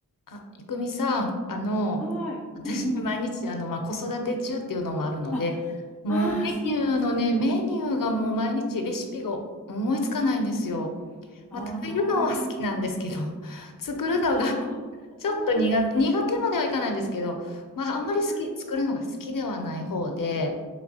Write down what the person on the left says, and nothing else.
あ、いくみさん、あの、
私、
<laughs> 毎日、あの、まあ、子育て中っていうのもあるので、
もう、
メニューのね、
メニューがもう毎日レシピが思いつかないんですよ。
まあ、食べるのは好きなんですけど、<laughs> 作るのが
<laughs> ちょっと苦手、
苦手まではいかないんですけど、まあ、あんまり好き、
作るのが好きではない方で、